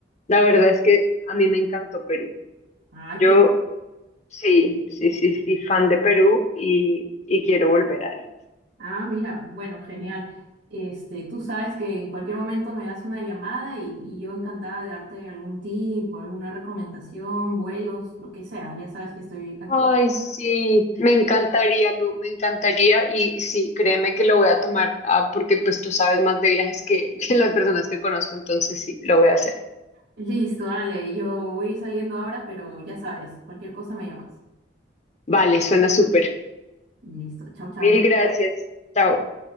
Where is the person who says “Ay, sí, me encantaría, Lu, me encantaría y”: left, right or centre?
Left